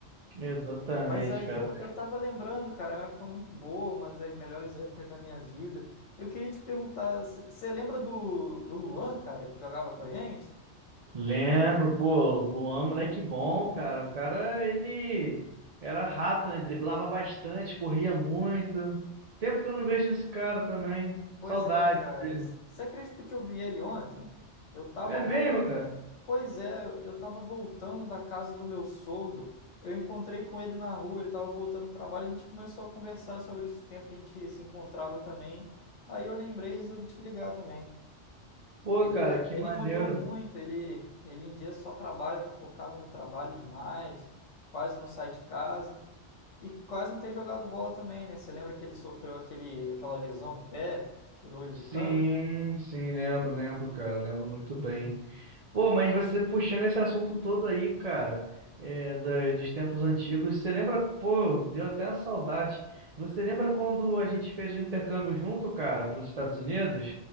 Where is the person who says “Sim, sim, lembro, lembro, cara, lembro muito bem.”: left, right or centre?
Right